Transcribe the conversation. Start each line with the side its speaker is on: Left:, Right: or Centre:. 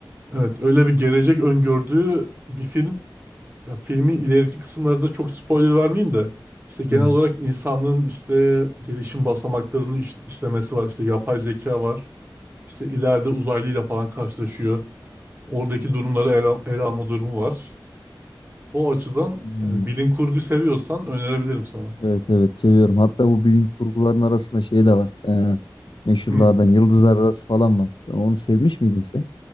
Right: evet öyle bir gelecek öngördüğü bir film. Ya filmin ileriki kısımlarında çok spoiler vermeyeyim de işte genel
Left: Hmm.
Right: olarak insanlığın işte gelişim basamaklarını iş- işlemesi var. İşte yapay zeka var. İşte ileride uzaylıyla falan karşılaşıyor. Oradaki durumları ele, ele alma durumu var. O açıdan
Left: Hmm.
Right: yani bilim kurgu seviyorsan önerebilirim sana.
Left: Evet evet seviyorum. Hatta bu bilim kurguların arasında şey de var. Ee, meşhurlardan
Right: Hmm.
Left: Yıldızlar Arası falan var. Onu sevmiş miydin sen?